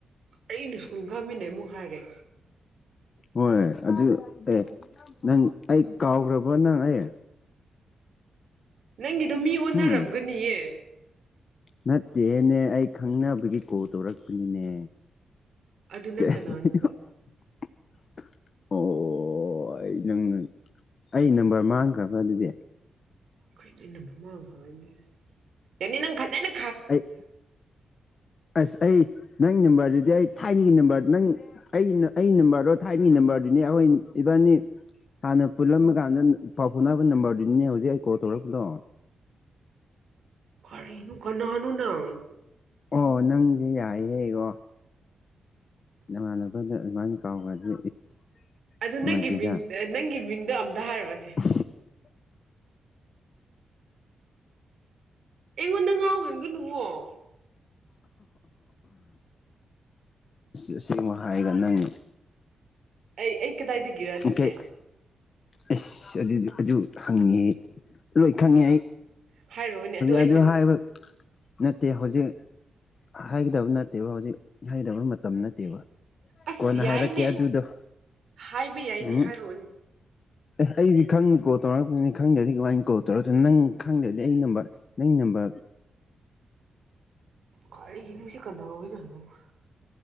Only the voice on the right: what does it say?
ꯑꯩꯩꯅ ꯁꯀꯨꯜ ꯀꯥꯃꯤꯅꯩ ꯑꯃꯨꯛ ꯍꯥꯏꯔꯦ
ꯅꯪꯒꯤꯗꯣ ꯃꯤ ꯑꯣꯟꯅꯔꯝꯒꯅꯤꯌꯦ
ꯑꯗꯨ ꯅꯪ
ꯀꯅꯥꯅꯣꯕ
ꯈꯅꯕ ꯐꯅꯦ ꯑꯦꯅꯤ ꯅꯪ ꯐꯖꯩꯅꯦ
ꯀꯔꯤꯅꯣ ꯀꯅꯥꯅꯣ ꯅꯪ
ꯑꯗ ꯅꯪꯒꯤ
ꯃꯤꯡ ꯅꯪꯒꯤ ꯃꯤꯡꯗꯣ ꯑꯝꯇ ꯍꯥꯏꯔꯕꯁꯦ
ꯑꯩꯉꯣꯟꯗ ꯉꯥꯎꯍꯟꯒꯅꯨꯋꯣ
ꯑꯩ ꯑꯩ ꯀꯗꯥꯏꯗꯒꯤꯔ ꯑꯗꯨꯗꯤ
ꯍꯥꯏꯔꯛꯑꯣꯅꯦ ꯑꯩ
ꯀꯩꯅꯣ
ꯑꯁ
ꯌꯥꯏꯅꯦ
ꯍꯥꯏꯕ ꯌꯥꯏꯅꯦ
ꯍꯥꯏꯔꯛꯑꯣꯅꯦ
ꯀꯔꯤꯅꯣ ꯁꯤ ꯀꯅꯥ <unintelligible>